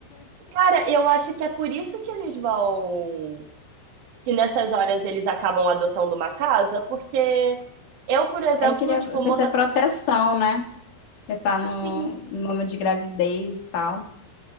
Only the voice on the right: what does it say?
Cara, eu acho que é por isso que eles vão. Que nessas horas eles acabam adotando uma casa, porque eu, por exemplo,
tipo,
mora.
Sim,